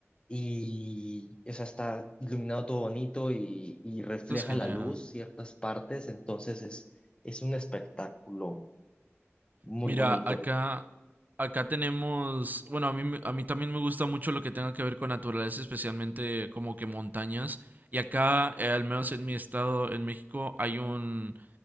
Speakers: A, on the left; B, on the right.
A: Y, o sea, está iluminado todo bonito y, y refleja
B: Eso es genial.
A: la luz ciertas partes, entonces es, es un espectáculo muy
B: Mira,
A: bonito.
B: acá, acá tenemos, bueno, a mí, me- a mí también me gusta mucho lo que tenga que ver con naturaleza, especialmente como que montañas. Y acá, eh, al menos en mi estado, en México, hay un,